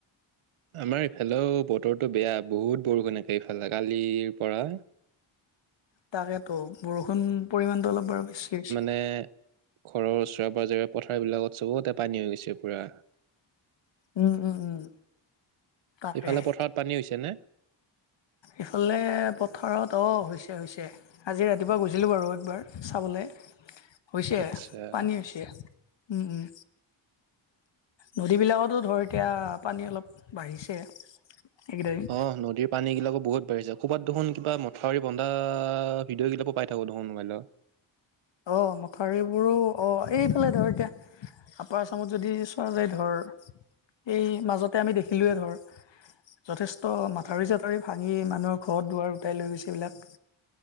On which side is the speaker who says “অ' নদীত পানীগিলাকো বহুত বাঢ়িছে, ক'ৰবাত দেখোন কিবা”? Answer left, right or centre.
Right